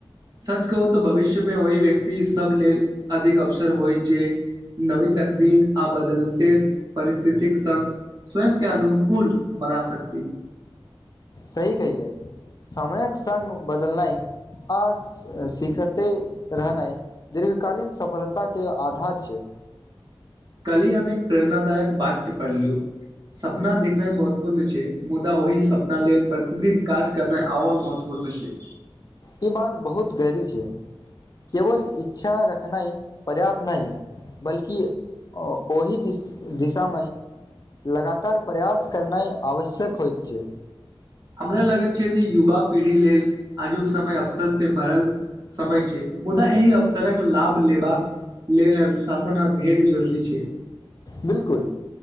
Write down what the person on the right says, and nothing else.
सच कहू तऽ भविष्यमे ओहि व्यक्ति सभ लेल अधिक अवसर होय जे नवी तकनीक आ बदलते परिस्थतिक संग। स्वयंके अनुकूल बना सकती।
कली हम एक प्रेरणादायक वाक्य पढ़लियो सपना देखनाइ महत्वपूर्ण छै मुदा ओहि सपना लेल प्रतिदिन काज करना और महत्त्वपूर्ण छै
हमरा लगैत छै जे युवा पीढ़ी लेल आजुक समय अवसर से परल समय छै मुदा एहि अवसरक लाभ लेबाक लेल अनुशासन आब ढेर जरूरी छै